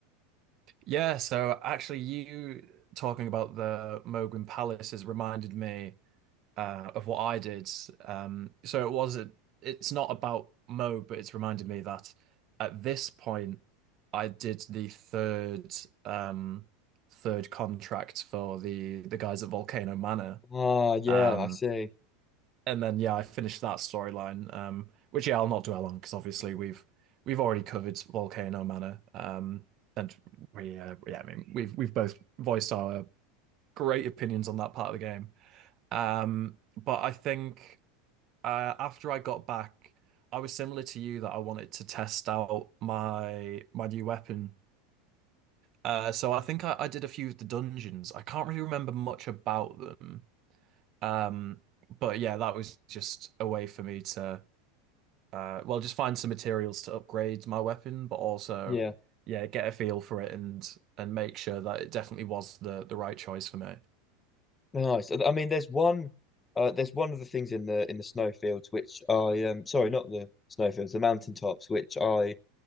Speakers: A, on the right; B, on the left.
A: yeah, so actually, you talking about the Moguin Palace has reminded me uh, of what I did. Um, so it wasn't, it's not about Mo, but it's reminded me that at this point, I did the third um, third contract for the the guys at Volcano Manor.
B: Ah, yeah,
A: Um,
B: I see.
A: and then yeah, I finished that storyline, um, which yeah, I'll not dwell on because obviously we've we've already covered Volcano Manor. Um, and we uh, yeah, I mean we've we've both voiced our great opinions on that part of the game. Um, but I think uh, after I got back, I was similar to you that I wanted to test out my my new weapon. Uh, so I think I, I did a few of the dungeons. I can't really remember much about them. Um, but yeah, that was just a way for me to uh, well, just find some materials to upgrade my weapon, but also
B: Yeah,
A: yeah, get a feel for it and and make sure that it definitely was the the right choice for me.
B: nice. I mean, there's one, uh, there's one of the things in the in the snowfields which I um, sorry, not the snowfields, the mountaintops, which I